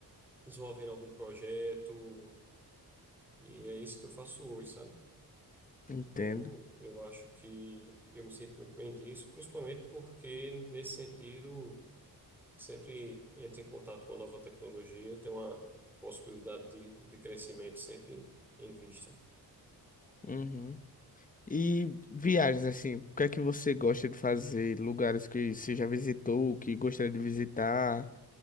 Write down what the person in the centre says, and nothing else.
desenvolvendo algum projeto, e é isso que eu faço hoje, sabe?
Eu, eu acho que eu me sinto muito bem disso, principalmente porque, nesse sentido, sempre entra em contato com a nova tecnologia, tem uma possibilidade de, de crescimento sempre em vista.